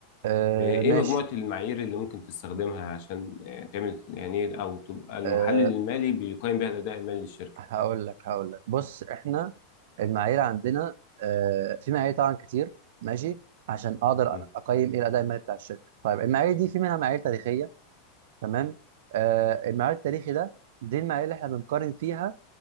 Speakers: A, on the right; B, on the left.
A: آه،
B: ايه
A: ماشي
B: مجموعة المعايير اللي ممكن تستخدمها عشان آه، تعمل يعني ايه او تبقى المحلل
A: آه،
B: المالي بيقيم بيها الاداء المالي للشركة
A: هقول لك هقول لك بص احنا المعايير عندنا آه، في معايير طبعا كتير ماشي عشان اقدر
B: مم.
A: اقيم ايه الاداء المالي بتاع الشركه طيب المعايير دي في منها معايير تاريخيه تمام آه، المعايير التاريخي ده دي المعايير اللي احنا بنقارن فيها